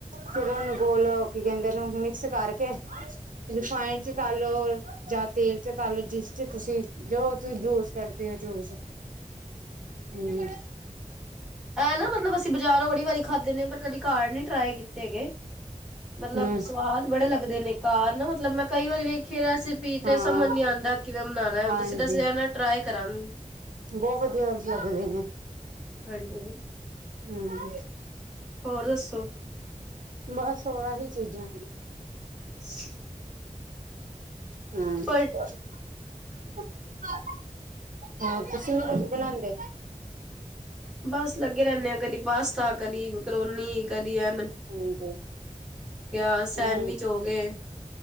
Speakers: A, on the right; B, in the centre.
A: ਫਿਰ ਉਹਨੂੰ ਗੋਲ ਕੀ ਕਹਿੰਦੇ? ਉਹਨੂੰ ਮਿਕਸ ਕਰਕੇ ਰਿਫਾਂਇਡ ਚ ਤਲ ਲੋ ਜਾਂ ਤੇਲ ਪਤਾ ਨੀ ਜਿਸ ਚ ਤੁਸੀਂ ਜੋਸੀਂ ਜੂਸ ਕਰਦੇ ਹੋ ਜੂਸ। ਹੂੰ,
B: ਐਹ ਨਾ, ਮਤਲਬ ਅਸੀਂ ਬਜ਼ਾਰੋਂ ਬੜੀ ਵਾਰੀ ਖਾਧੇ ਨੇ, ਪਰ ਕਦੀ ਘਰ ਨੀ ਟਰਾਏ ਕੀਤੇ ਹੈਗੇ। ਮਤਲੱਬ
A: ਹਮ
B: ਸਵਾਦ ਬੜੇ ਲੱਗਦੇ ਨੇ, ਘਰ ਨਾ ਮਤਲਬ ਮੈਂ ਕਈ ਵਾਰੀ ਵੇਖ। ਕਿ ਰੈਸਪੀ
A: ਹਾਂ
B: ਤੇ ਸਮਝ ਨੀ ਆਂਦਾ ਕਿਵੇਂ ਬਨਾਣਾ, ਹੁਣ
A: ਹਾਂਜੀ
B: ਤੁਸੀਂ ਦਸਿਆ ਨਾ, ਟਰਾਏ ਕਰਾਂਗੀ।
A: ਬਹੁਤ ਵਧੀਆ ਲੱਗਦੇ ਨੇ,
B: ਹਾਜੀ,
A: ਹੂੰ,
B: ਹੋਰ ਦੱਸੋ?
A: ਬਸ ਆਹੀ ਚੀਜ਼ਾਂ
B: ਸ <inaudible> <unintelligible>
A: ਹਮ
B: ਪਰ
A: <unintelligible> <unintelligible> ਹਾਂ, ਤੁਸੀ ਨਹੀਂ ਕੁੱਛ ਬਣਾਉਂਦੇ?
B: ਬਸ, ਲੱਗੇ ਰਹਿੰਦੇ ਆ ਕਦੀ ਪਾਸਤਾ, ਕਦੀ ਮਕਰੋਨੀ, ਕਦੀ ਐ
A: ਹਾਂਜੀ।
B: ਗਿਆ ਸੈਂਡਵਿਚ
A: ਹਮ
B: ਹੋ ਗਏ।